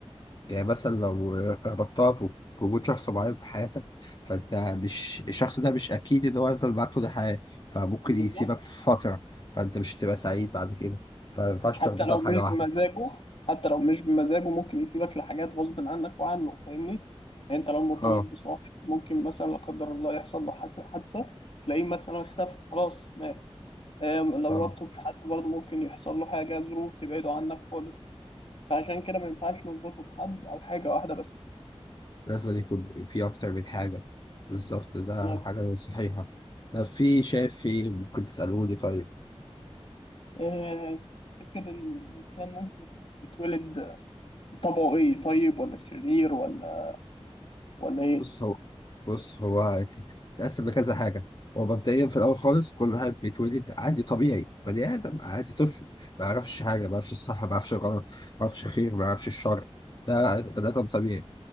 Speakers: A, on the left (about 45°); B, on the left (about 60°).
A: يعني مثلا لو ربطتها ب- بوجود شخص معين في حياتك فانت مش الشخص ده مش اكيد ان هو هيفضل معاك طول الحياه فممكن
B: بالظبط
A: يسيبك في فتره فانت مش هتبقى سعيد بعد كده فما ينفعش
B: حتى
A: تربطها
B: لو
A: بحاجه
B: مش
A: واحده
B: بمزاجه حتى لو مش بمزاجه ممكن يسيبك لحاجات غصب عنك وعنه فاهمني يعني انت لو مرتبط
A: اه
B: بصاحب ممكن مثلا لا قدر الله يحصل له حس- حادثه تلاقيه مثلا اختفى خلاص مات آم، لو
A: اه
B: رابطه بحد برضه ممكن يحصل له حاجه ظروف تبعده عنك خالص فعشان كده ما ينفعش نربطه بحد او حاجه واحده بس
A: لازم يكون في اكتر من حاجه بالظبط ده
B: بالظبط
A: حاجه صحيحه طب في شايف في ممكن تسالوني طيب
B: آه، تفتكر الانسان ممكن يتولد بطبعه ايه طيب ولا شرير ولا ولا ايه
A: بص هو بص هو تتقسم لكذا حاجة هو مبدئيا في الأول خالص كل واحد بيتولد عادي طبيعي بني آدم عادي طفل ما يعرفش حاجة ما يعرفش الصح ما يعرفش الغلط ما يعرفش الخير ما يعرفش الشر ده بني آدم طبيعي